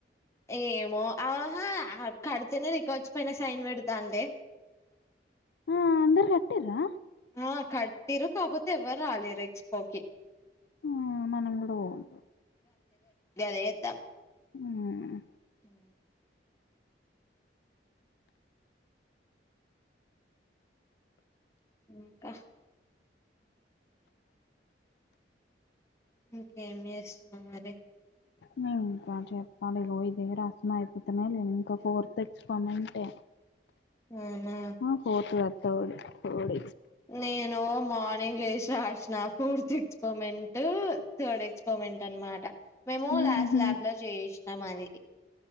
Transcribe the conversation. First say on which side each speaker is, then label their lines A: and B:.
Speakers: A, on the left; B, on the left.
A: ఏమో ఆహా కడితేనే రికవజు పయినా సైన్ పెడతాండి
B: ఆ అందరి కట్టరా
A: ఆ కటిరు కాకపోతే ఎవ్వరు రాలేరు ఎక్స్పోకి
B: ఆ మనం కూడా పోవద్దు
A: గలే ఎద్ద
B: హ్మ్
A: ఉ ఇంకా ఇంకేం చేస్తున్నా మరి
B: న ఇంకా చెప్పాలి ో ఇద అసమ అయిపోతున్నా లేదు ఇంకా ఫోర్త్ ఎక్స్పరిమెంటే
A: అవునా
B: ఆ పోతుంది తోడు ోడ
A: నేను మ ంగ్లేజ రాసిన ఫోర్త్ ఎక్స్పరిమెంట్ థర్డ్ ఎక్స్పరిమెంట్ అనమాట మేము
B: ఉహు
A: లాస్స్ ల్యాబ్ లో చేయిసినాం అది